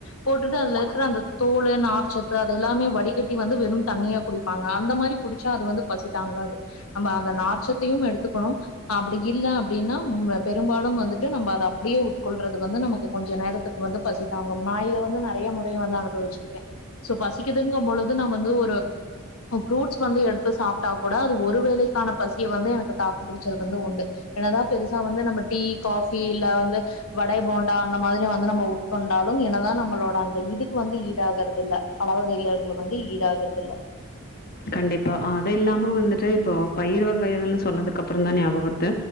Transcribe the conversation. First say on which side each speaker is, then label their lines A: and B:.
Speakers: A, on the left; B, on the left.
A: போட்டுட்டு அதுல இருக்குற அந்த தோளு நாருச்ச ச அது எல்லாமே வடிகட்டி வந்து வெறு தண்ணியா குடிப்பாங்க அந்த மாரி குடிச்சா அது வந்து பசி தாங்காது நம்ம அந்த நார்ச்சத்தையும் எடுத்துக்கணு அப்டி இல்ல அப்டின்னா ம் பெரும்பாலும் வந்துட்டு நம்ம அது அப்டியே உட்கொள்றது வந்து நமக்கு கொஞ்சோ நேரத்துக் வந்து பசி தாங்கும் நா இத வந்து நறைய முறை வந்து அனுபவிச்சிருக்கே சோ பசிக்குதுங்கும் பொழுது நா வந்து ஒரு ஃப்ரூட்ஸ் வந்து எடுத்து சாப்ட்டா கூட அது ஒரு வேளைக்கான பசிய வந்து எனக்கு தாக்கு புடிச்சது வந்து உண்டு என்னதா பெருசா வந்து நம்ம டீ காஃபி இல்ல வந்து வட போண்டா அந்த மாரி வந்து நம்ம உட் கொண்டாலும் என்னதா நம்மளோட அந்த இதுக்கு வந்து ஈடாகறது இல்ல பலவகைகளுக்கு வந்து ஈடாகறது இல்ல
B: கண்டிப்பா அ அது இல்லாம வந்துட்டு இப்போ பயிர்வகைகள்னு சொன்னதுக்கு அப்புறோதா ஞாபகோ வருது